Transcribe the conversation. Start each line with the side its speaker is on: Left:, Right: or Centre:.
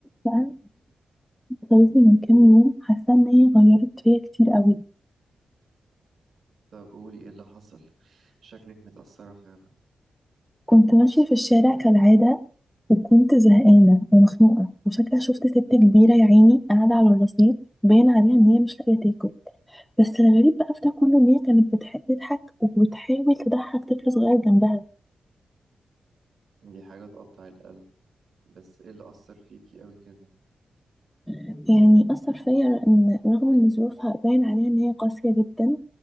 Centre: بقى غيرتني من كام يوم حاسة إن هي غيرت فيا كتير قوي
Right: طب قولي ايه اللي حصل شكلك متأثرة فعلا
Centre: كنت ماشية في الشارع كالعادة وكنت زهقانة ومخنوقة وفجأة شفت ست كبيرة يا عيني قاعدة على الرصيف باين عليها إن هي مش لاقية تاكل بس الغريب بقى في ده كله إن هي كانت بتح- بتضحك وبتحاول تضحك طفل صغير جنبها
Right: دي حاجة تقطع القلب بس ايه اللي أثر فيكي قوي كده
Centre: يعني أثر فيا إن رغم إن ظروفها باين عليها إن هي قاسية جدا